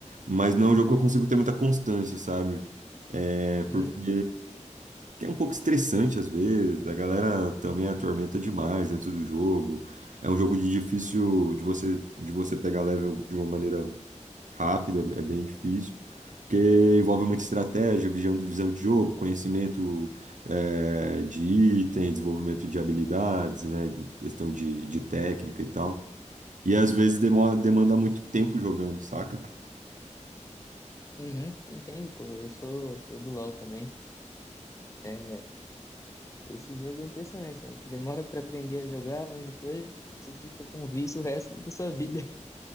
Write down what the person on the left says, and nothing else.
Hum,
uhum, entendo, pô. Eu sou, sou do LoL também. É, esse jogo é impressionante, né? Você demora pra aprender a jogar, mas depois você fica com um vício o resto da sua vida.